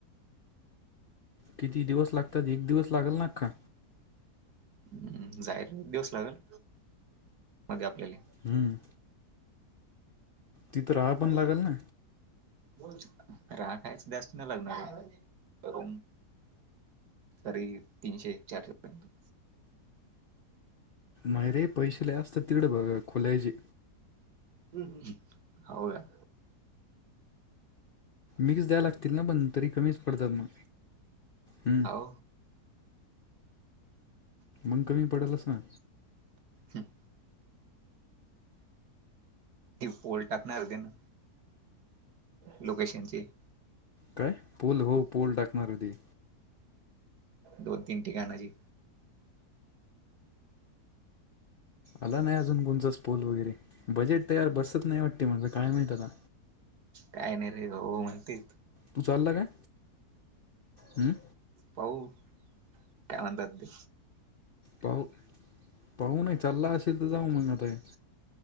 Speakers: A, on the left; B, on the right.
A: किती दिवस लागतात एक दिवस लागेल ना आख्खा
B: हम्म जायला एक दिवस लागेल मध्ये आ केले
A: हम्म तिथं राहा
B: आताण
A: पण लागल ना
B: ब राखायच जास्त नाही लागणार आहे सरी तीनशे चारशे पर्यंत
A: माय रे पैसे ल असतात तिकडे बघ खोलायचे
B: ह् हो्या
A: मिकच द्याय लागतील ना पण तरी कमीच पडतात मग हम्म
B: हो
A: मग कमी पडेलस ना
B: हम् पोल टाकणारते ना लोकेशनचे
A: काय पोल हो पोल टाकणार होती
B: दोन तीन ठिकाणाची
A: आला नाही अजून उुंचच पोल वगैरे बजेट तयार बसत नाही वाट ते म्हणज काय माहत आता
B: काय नाही रे हो म्हणते
A: तू चालला का हम्म
B: पाऊ का म्हन दात दे
A: पाह पाहू ना चालला असे तर जाऊ मग आताय